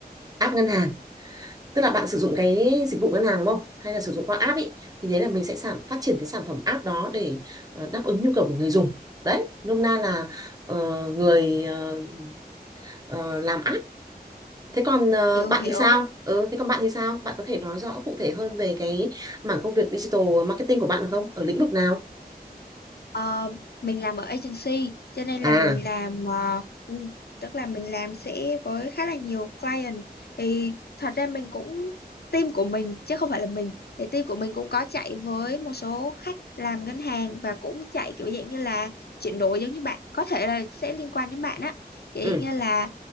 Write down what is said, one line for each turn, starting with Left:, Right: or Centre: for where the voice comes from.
Right: app ngân hàng tức là bạn sử dụng cái dịch vụ ngân hàng đúng không hay là sử dụng qua app ý thì đấy là mình sẽ sản phát triển cái sản phẩm app đó để ờ, đáp ứng nhu cầu của người dùng đấy nôm na là ờ, người ờ, ờ, làm app thế còn ờ,
Left: Hiểu
Right: bạn
Left: hiểu
Right: thì sao ừ, thế còn bạn thì sao bạn có thể nói rõ cụ thể hơn về cái mảng công việc digital marketing của bạn được không ở lĩnh vực nào
Left: Ờ, mình làm ở agency cho nên
Right: à
Left: là mình làm ờ, ừ, tức là mình làm sẽ với khá là nhiều client thì thật ra mình cũng team của mình chứ không phải là mình thì team của mình cũng có chạy với một số khách làm ngân hàng và cũng chạy kiểu dạng như là chuyển đổi giống như bạn có thể là sẽ liên quan đến bạn á kiểu
Right: ừ
Left: dạng như là